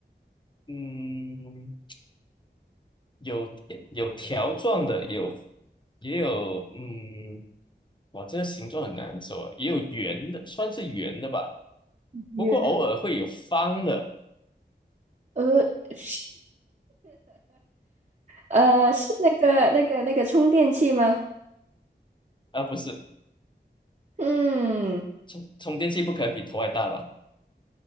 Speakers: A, on the left (about 25°); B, on the right (about 40°).
A: 嗯，有有条状的，有也有，嗯，哇，这个形状很难说啊，也有圆的，算是圆的吧。
B: 圆，
A: 不过偶尔会有方的，
B: 呃，是呃，是那个那个那个充电器吗？
A: 啊，不是，
B: 嗯，
A: 充充电器不可能比头还大吧？